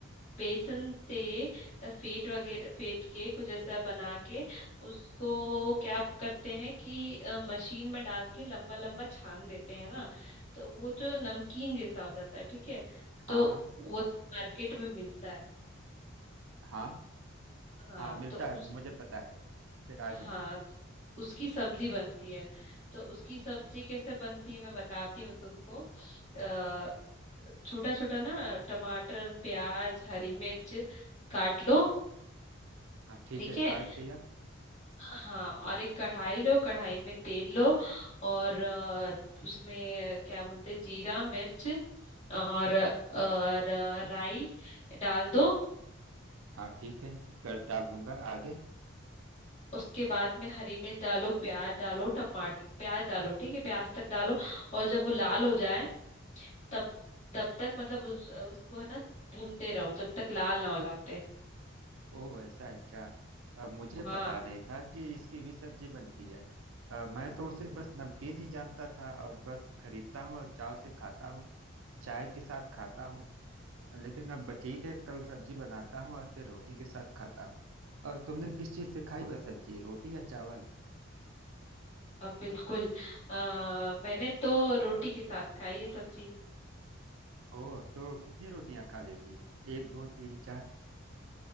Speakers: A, on the left; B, on the right.
A: बेसन से फेट वगैरह फेट के कुछ ऐसा बना के उसको क्या करते हैं कि अ, मशीन में डाल के लंबा लंबा छान देते हैं ना तो वो जो नमकीन जैसा हो जाता है ठीक है
B: हाँ
A: तो
B: हाँ
A: वो मार्केट में मिलता है
B: हाँ
A: हाँ
B: हाँ मिलता
A: तो
B: है
A: उस
B: मुझे पता है फिर आगे
A: हाँ तो उसकी सब्जी बनती है तो उसकी सब्जी कैसे बनती है मैं बताती हूँ तुमको अ छोटा छोटा ना टमाटर प्याज हरी मिर्च काट लो
B: हाँ ठीक
A: ठीक
B: है
A: है
B: काट लिया
A: हाँ और एक कढ़ाई लो कढ़ाई में तेल लो और अ, उसमें क्या बोलते हैं, जीरा मिर्च और और अ, राई डाल दो
B: हाँ ठीक है कर डाल दूंगा आगे
A: उसके बाद में हरी मिर्च डालो प्याज डालो टमाटर प्याज डालो ठीक है प्याज तक डालो और जब वो लाल हो जाए तब तब तक मतलब उस, उसको है ना भूनते रहो जब तक लाल ना हो जाते
B: ओह ऐसा है क्या अब मुझे
A: हाँ
B: पता नहीं था कि इसकी भी सब्जी बनती है अ, मैं तो उसे बस नमकीन ही जानता था और बस खरीदता हूँ और चाव से खाता हूँ चाय के साथ खाता हूँ अ, लेकिन अब ठीक है कल सब्जी बनाता हूँ और फिर रोटी के साथ खाता हूँ और तुमने किस चीज़ से खाई वह सब्जी रोटी या चावल
A: अब बिल्कुल आ, मैंने तो रोटी के साथ खाई ये सब्जी
B: ओह तो कितनी रोटियां खा लेती हो एक दो तीन चार